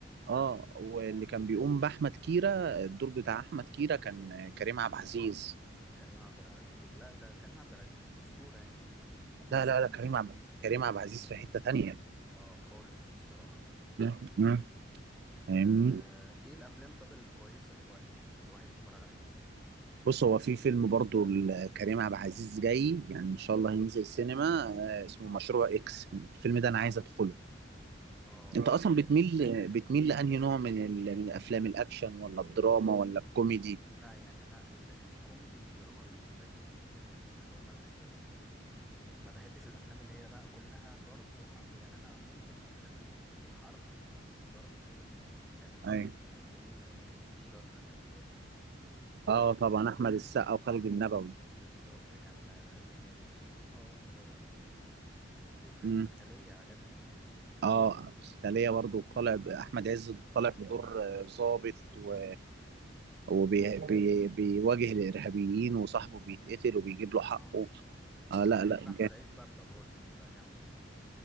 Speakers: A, on the right; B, in the centre.
A: اه واللي كان بيقوم باحمد كيرة الدور بتاع احمد كيرة كان كريم عبد العزيز
B: كريم عبد العزيز لا ده كريم عبد العزيز أسطورة يعني ما- من
A: لا
B: أساطير
A: لا لا كريم عبد كريم عبد العزيز في حتة تانية
B: اه خالص الصراحة
A: مم. مم.
B: وإيه
A: فاهمني
B: الأفلام طب الكويسة دلوقتي يعني الواحد يتفرج عليها
A: بص هو في فيلم برضو لكريم عبد العزيز جاي يعني ان
B: مم.
A: شاء الله هينزل سينما آه، اسمه مشروع اكس الفيلم ده انا عايز ادخله
B: اه
A: انت اصلا
B: حلو
A: بتميل بتميل لانهي نوع من ال... من افلام الاكشن ولا الدراما ولا الكوميدي
B: لا يعني أنا ال الكوميدي والدراما بالنسبة لي آه، هما الأساس يعني ما بحبش الأفلام اللي هي بقى كلها ضرب وحرب يعني أنا ممكن الأفلام الحرب والضرب وكده كان آه،
A: اي
B: فيلم آه، الديلر كان جامد آه،
A: اه طبعا احمد السقا وخالد النبوي
B: بالظبط كان فيلم جامد الصراحة و... وفيلم
A: مم.
B: الخلية عجبني أوي أصلا
A: اه سالية برضو طالع ب- احمد عز طالع بدور آه، ضابط و
B: امم
A: وبي... بي... بيواجه الارهابيين وصاحبه بيتقتل وبيجيب له
B: اه
A: حقه
B: ما
A: آه
B: أنا
A: لا
B: بحب
A: لا
B: أحمد
A: جامد.
B: عز بقى في الأدوار دي بتبقى جامدة الصراحة